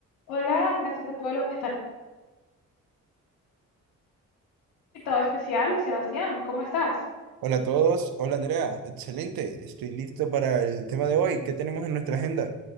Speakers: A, on the left; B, on the right.
A: Hola, gracias a todos los que están. Invitado especial, Sebastián, ¿cómo estás?
B: Hola a todos, hola Andrea, excelente, estoy listo para el tema de hoy. ¿Qué tenemos en nuestra agenda?